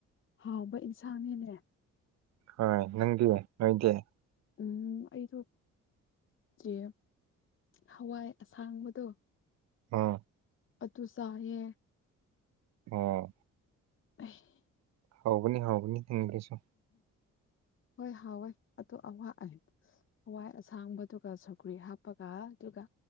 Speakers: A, on the left (about 40°); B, on the right (about 60°).
A: ꯍꯥꯎꯕ ꯏꯟꯁꯥꯡꯅꯤꯅꯦ
B: ꯍꯣꯏ ꯅꯪꯗꯤ ꯅꯣꯏꯗꯤ
A: ꯎꯝ ꯑꯩꯗꯣ ꯆꯦ ꯍꯋꯥꯏ ꯑꯁꯥꯡꯕꯗꯣ
B: ꯑꯣ
A: ꯑꯗꯨ ꯆꯥꯏꯌꯦ
B: ꯑꯣ
A: <inaudible>
B: ꯍꯥꯎꯕꯅꯤ ꯍꯥꯎꯕꯅꯤ ꯑꯗꯨꯁꯨ
A: ꯍꯣꯏ ꯍꯥꯎꯋꯦ ꯑꯣ ꯑꯋꯥ ꯑ ꯍꯋꯥꯏ ꯑꯁꯥꯡꯕꯗꯨꯒ ꯁꯧꯒ꯭ꯔꯤ ꯍꯥꯞꯄꯒ ꯑꯗꯨꯒ